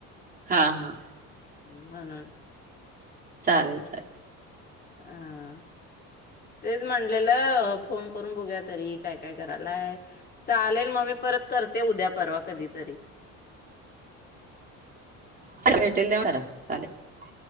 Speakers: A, on the right; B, on the left.
A: हा हा
B: म्हणून
A: चालेल चालेल
B: हा तेच म्हणलेलं फोन करून बघुया तरी काय काय करायलाय, चालेल मग मी परत करते उद्या परवा कधी तरी
A: भेटेल तेव्हा करा चालेल.